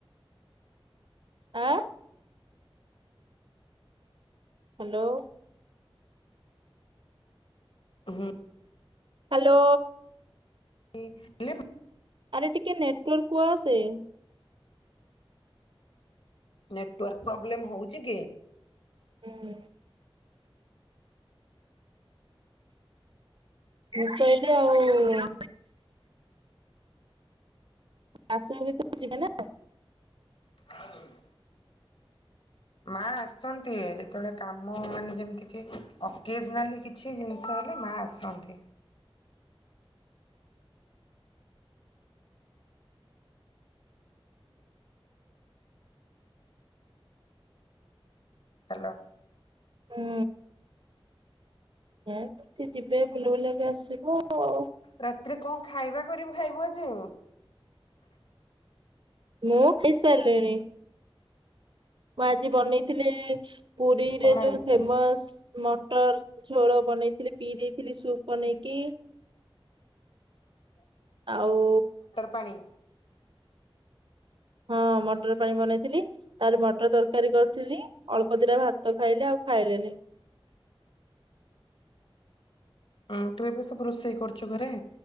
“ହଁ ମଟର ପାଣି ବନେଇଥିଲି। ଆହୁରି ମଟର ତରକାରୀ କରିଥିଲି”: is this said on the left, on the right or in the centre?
Right